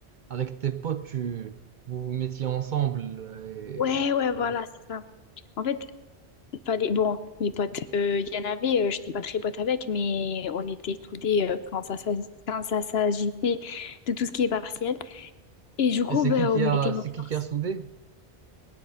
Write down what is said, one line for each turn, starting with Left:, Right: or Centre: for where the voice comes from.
Right: avec tes potes, tu, vous vous mettiez ensemble et
Left: ouais, ouais,
Right: voilà.
Left: voilà, c'est ça. En fait, il fallait. Bon, mes potes, euh, il y en avait, euh, j'étais pas très pote avec, mais on était soudés euh, quand ça, s'agit- quand ça s'agissait de tout ce qui est partiel. Et du coup,
Right: Et c'est
Left: ben,
Right: qui qui
Left: on mettait
Right: a,
Left: nos
Right: c'est qui
Left: forces.
Right: qui a soudé?